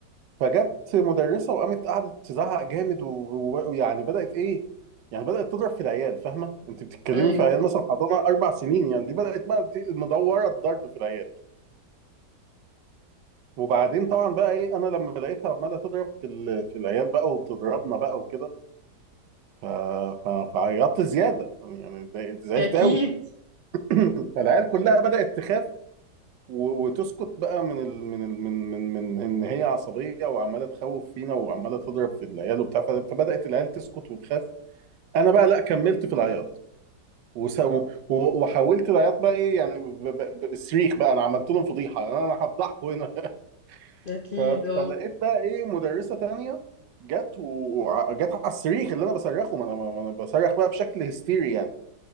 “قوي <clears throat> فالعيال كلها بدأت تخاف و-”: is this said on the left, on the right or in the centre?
Right